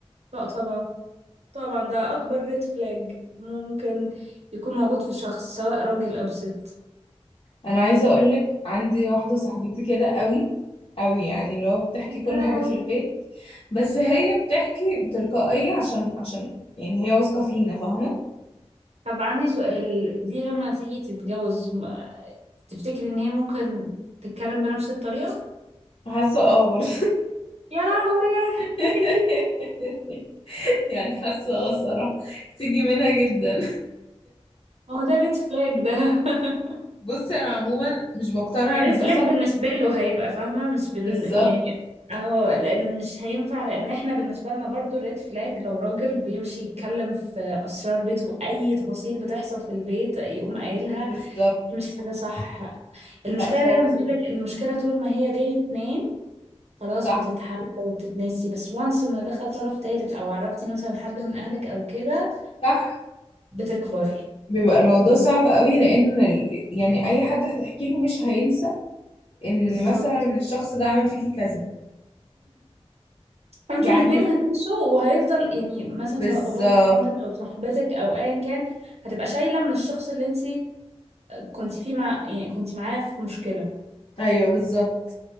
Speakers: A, on the right; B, on the left.
A: لا طبعا طبعا ده اكبر ريد فلاج ممكن يكون موجود في شخص سواء راجل او ست
B: انا عايزة اقولك عندي واحدة صاحبتي كده قوي قوي يعني لو بتحكي
A: يا
B: كل
A: لهوي
B: حاجة في البيت بس هي بتحكي بتلقائية عشان عشان يعني هي واثقة فينا فاهمة
A: طب عندي سؤال دي لما تيجي تتجوز ما- تفتكري ان هي ممكن تتكلم بنفس الطريقة
B: حاسة اه برضه
A: يا لهوي
B: <laughs>
A: <laughs>
B: يعني حاسة اه الصراحة تيجي منها جدا
A: ما هو ده الريد فلاج ده <laughs>
B: <laughs> بصي انا عموما مش بقتنع
A: يعني
B: ان
A: ريد فلاج
B: ده صح
A: بالنسبة له هيبقى فاهمة مش بن
B: بالظبط
A: يعني اه لان مش هينفع لان احنا بالنسبة لنا برضو ريد فلاج لو راجل بيمشي يتكلم في اسرار بيته اي تفاصيل بتحصل في البيت يقوم قايلها
B: بالظبط
A: دي مش حاجة صح المشكلة
B: لا خالص
A: دايما بيقولك
B: طبعا
A: المشكلة طول ما هي بين اتنين خلاص
B: صح
A: بتتحل وبتتنسي بس وانس ان دخل طرف تالت او عرفتي مثلا حد من اهلك او كده
B: صح
A: بتكبر
B: بيبقى الموضوع صعب قوي لان ال- يعني اي حد هتحكي له مش هينسى ان
A: بالظبط
B: مثلا الشخص ده عمل فيكي كذا
A: فانتوا
B: يعني
A: الاتنين هتمشوا وهيفضل يعني مثلا
B: بالظبط
A: سواء باباك او مامتك او صاحبتك او ايا كان هتبقى شايله من الشخص اللي انت كنت فيه مع يعني كنت معاه في مشكله
B: ايوه بالظبط